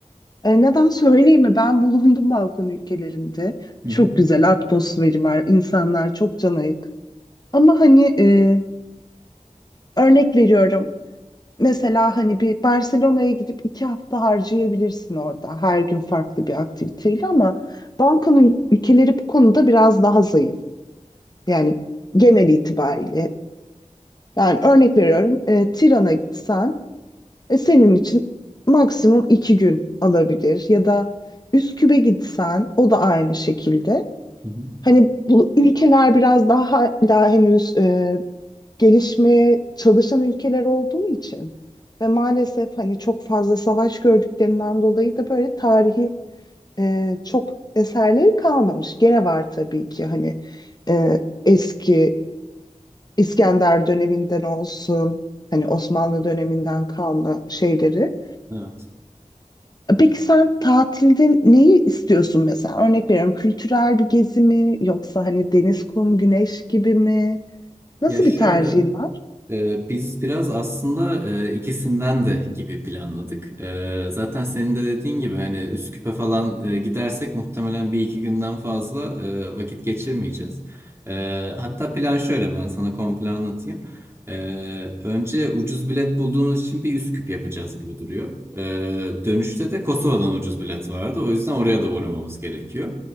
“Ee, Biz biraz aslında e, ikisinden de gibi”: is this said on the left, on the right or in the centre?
Right